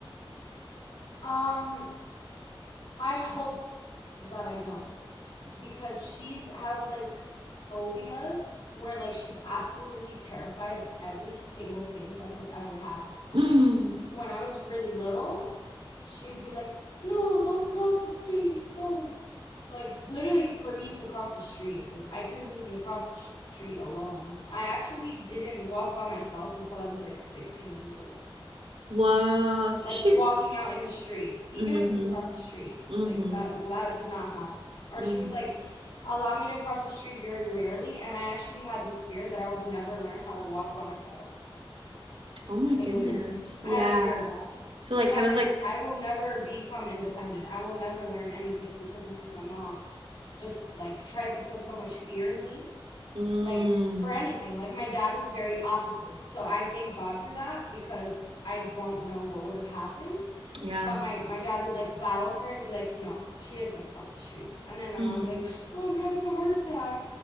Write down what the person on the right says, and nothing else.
<laughs> mm,
was
shoot.
Mm
hmm.
Mm
hmm. Mm
hmm.
Oh my goodness.
Yeah.
So
like
kind
of
like
mm,
yeah.
<sighs>
Mm.